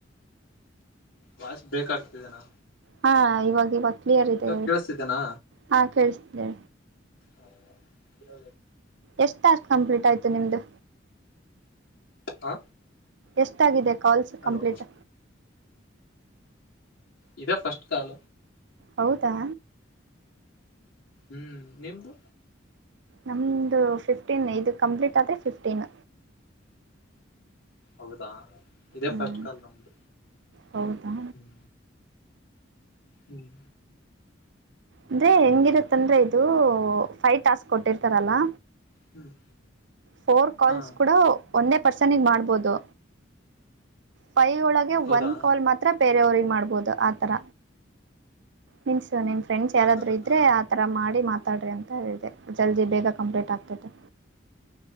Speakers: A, on the left (about 80°); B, on the right (about 65°).
A: ವಸ್ ಬೇಕಾಗಗ್ತಿದೆನಾ
B: ಹಾ ಇವಾಗ ಇವಾಗ ಕ್ಲಿಯರ್ ಇದೆಿ
A: ಕೇಳಿಸ್ತಿದೆನಾ
B: ಹಾ ಕೇಳಿಸತಿದ್ದಿ
A: ಹಾ
B: ಎಷ್ಟುಾರ್ಕ್ ಕಂಪ್ಲೀಟ್ ಆಯ್ತು ನಿಮ್ದು
A: ಹಾ
B: ಎಷ್ಟಾಗಿದೆ ಕಾಲ್ಸ್
A: ಹಲೋ
B: ಕಂಪ್ಲೀಟ್
A: ಇದ ಫಸ್ಟ್ ಕಾಲ
B: ಹೌದಾ
A: ಹ್ಮ್ ನಿಮ್ದು
B: ನಮ್ದು ಫಿಫ್ಟೀನ್ ಇದು ಕಂಪ್ಲೀಟ್ ಆದೇ ಫಿಫ್ಟೀನ್
A: ಹೌದಾ ಇದೇ
B: ಹ್ಮ್
A: ಫಸ್ಟ್ ಕಾಲ ಉಟ
B: ಹೌದಾ
A: ಹ್ಮ ಹ್ಮ್
B: ಅಂದ್ರೆ ಹೆಂಗಿರುತ್ತಂದ್ರ ಇದು ಫೈ ಟಾಸ್ಕ್ ಕೊಟ್ಟಿರ್ತಾರಲ್ಲಾ
A: ಹ್ಮ್
B: ಫೋರ್ ಕಾಲ್ಸ್
A: ಹಾ
B: ಕೂಡ ಒಂದೇ ಪರ್ಸನ್ಗ್ ಮಾಡ್ಬೋದು ಫೈವ ಒಳಗೆ
A: ಹೌದಾ
B: ಒನ್ ಕಾಲ್ ಮಾತ್ರ ಬೇರೆಯವ್ರಿಗೆ ಮಾಡ್ಬಹದು ಆಥರ ಮನ್ಸ್ ಸೊ ನಿಮ್ ಫ್ರೆಂಡ್ಸ್ ಯಾರಾದ್ರು
A: ಆತರನಾ
B: ಇದ್ರೆ ಆ ತರ ಮಾಡಿ ಮಾತಾಡ್ರಿ ಅಂತ ಹೇಳಿದೆ ಜಲ್ದಿ ಬೇಗ ಕಂಪ್ಲೀಟ್ ಆಗ್ತೈತೆ